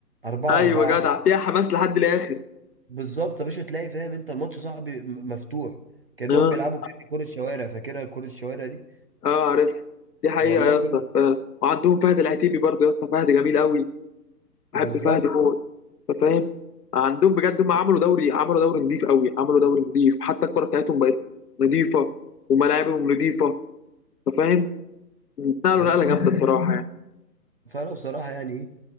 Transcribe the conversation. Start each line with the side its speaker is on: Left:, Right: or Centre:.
Right: 4
Left: أيوة
Right: 4
Left: جدع فيها حماس لحد الآخر
Right: بالظبط يا باشا تلاقي فاهم انت الماتش صاحبي م- مفتوح كأنهم
Left: أه
Right: بيلعبوا في كرة شوارع فاكرها كرة الشوارع دي
Left: أه عارف دي حقيقة
Right: والله
Left: يا اسطى
Right: كنا
Left: فعلا وعندهم فهد العتيبي برضو يا اسطى فهد جميل قوي بحب
Right: بالظبط
Left: فهد موت أنت فاهم عندهم بجد هم عملوا دوري عملوا دوري نضيف قوي عملوا دوري نضيف حتى الكرة بتاعتهم بقت نضيفة وملاعبهم نضيفة أنت فاهم نقلوا
Right: والله
Left: نقلة
Right: دي
Left: جامدة
Right: حقيقة
Left: بصراحة يعني
Right: فانا بصراحه يعني إيه،